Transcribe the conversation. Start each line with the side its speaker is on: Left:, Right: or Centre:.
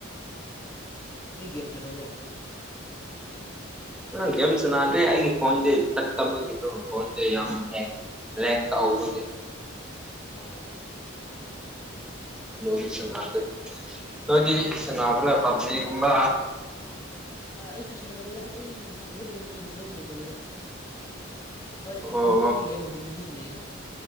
Left: ꯑꯣ <unintelligible> ꯗꯤ ꯒꯦꯝ ꯁꯥꯟꯅꯕ꯭ꯔꯣ
Centre: ꯎꯝ ꯒꯦꯝ ꯁꯅꯥꯗꯦ ꯑꯩꯒꯤ ꯐꯣꯟꯁꯦ ꯆꯠꯇꯒꯤꯗꯣ ꯐꯣꯟꯁꯦ ꯌꯥꯝ ꯍꯦꯡ ꯂꯦꯛ ꯇꯧꯕꯒꯤ
Left: ꯑꯣ꯫
Centre: ꯑꯗꯨꯒꯨꯝꯕ ꯁꯅꯥꯗꯦ ꯅꯣꯏꯗꯤ ꯁꯅꯥꯕ꯭ꯔꯥ ꯄꯕꯖꯤꯒꯨꯝꯕ꯫
Left: ꯑꯥ ꯑꯩꯁꯨ ꯁꯥꯟꯅꯗꯦꯗ ꯑꯩ ꯑꯗꯨꯒꯨꯝꯕꯗꯨ ꯏꯟꯇꯔꯦꯁ ꯂꯩꯇꯕꯀꯣ ꯍꯣꯏ
Centre: ꯑꯣ
Left: ꯐꯨꯠꯕꯣꯜꯒꯤ ꯒꯦꯝꯒꯨꯝꯕꯗꯤ ꯁꯥꯟꯅꯩꯗ